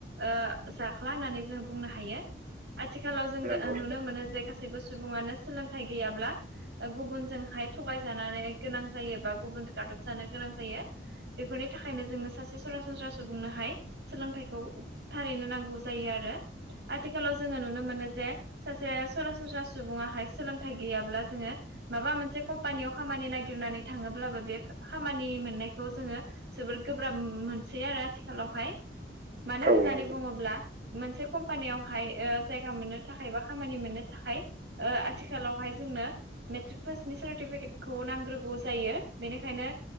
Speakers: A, on the right (about 75°); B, on the right (about 45°).
A: ओ जाख्ला होननानै जों बुंनो हायो। आथिखालाव जोङो
B: नंगौ
A: नुनो मोनो जे गासैबो सुबुङानो सोलोंथाइ गैयाब्ला ओ गुबुनजोंहाय थगायजानानै गोनां जायो बा गुबुनजों गादब जानो गोनां जायो। बेफोरनि थाखायनो जोङो सासे सरासनस्रा सुबुंनोहाय सोलोंथाइखौ थारैनो नांगौ जायो आरो आथिखालाव जोङो नुनो मोनो जे सासे सरासनस्रा सुबुङाहाय सोलोंथाइ गैयाब्ला जोङो माबा मोनसे कम्पानियाव खामानि नागिरनानै थाङोब्लाबो बे खामानि मोननायखौ जोङो जोबोर गोब्राब मोनसै आरो आथिखालावहाय मानो
B: औ
A: होननानै
B: नंगौ
A: बुङोब्ला मोनसे कम्पानियाव हाय ओ जायगा मोननो थाखाय बा खामानि मोननो थाखाय ओ आथिखालावहाय जोंनो मेट्रिक पासनि सार्टिफिकेटखौ नांग्रोगौ जायो बेनिखायनो